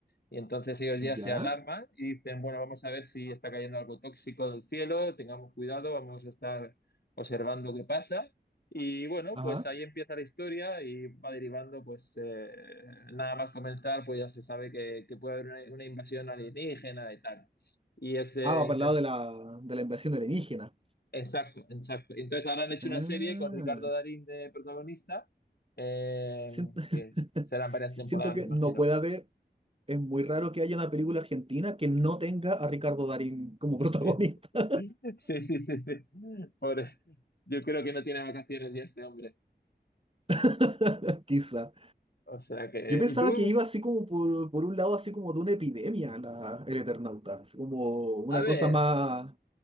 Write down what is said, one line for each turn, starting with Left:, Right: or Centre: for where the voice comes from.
Left: Y entonces ellos ya
Right: ya,
Left: se alarman y dicen, bueno, vamos a ver si está cayendo algo tóxico del cielo, tengamos cuidado, vamos a estar observando qué pasa. Y bueno,
Right: ajá.
Left: pues ahí empieza la historia y va derivando, pues eh, nada más comenzar, pues ya se sabe que, que puede haber una, una invasión alienígena y tal. Y es de
Right: Ah, va para el lado de la, de la invasión alienígena.
Left: Exacto, exacto. Entonces ahora han hecho
Right: Ah,
Left: una serie con Ricardo Darín de protagonista, eh,
Right: siento, <laughs>
Left: que serán varias
Right: siento
Left: temporadas,
Right: que
Left: me imagino.
Right: no puede haber. es muy raro que haya una película argentina que no tenga a Ricardo Darín como protagonista,
Left: <laughs> Sí, sí, sí, sí. Pobre. Yo creo que no tiene vacaciones ya este hombre.
Right: <laughs> quizá.
Left: O sea que...
Right: Yo pensaba
Left: ¿Y tú?
Right: que iba así como por, por un lado, así como de una epidemia la- el Eternauta, así como una
Left: A ver,
Right: cosa más...